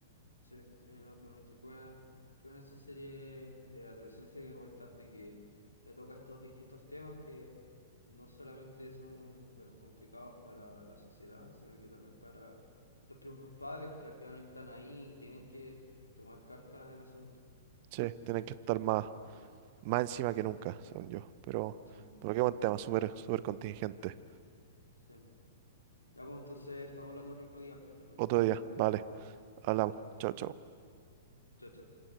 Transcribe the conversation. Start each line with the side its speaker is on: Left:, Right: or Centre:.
Left: Sí, sí, no, totalmente. Qué buena, qué buena esa serie de adolescencia que comentaste que te toca estos distintos temas que no solamente son, bueno, complicados para la sociedad, sino que también para los propios padres que al final están ahí y tienen que tomar carta en el asunto.
Right: Sí, tienen que estar más, más encima que nunca, según yo. Pero,
Left: Sí,
Right: pero qué buen
Left: sí,
Right: tema, súper, súper contingente.
Left: sí. Ya, pues entonces estamos hablando otro día también.
Right: Otro
Left: Muy buen
Right: día,
Left: tema.
Right: vale. Hablamos.
Left: Perfecto.
Right: Chao, chao.
Left: Chao, chao.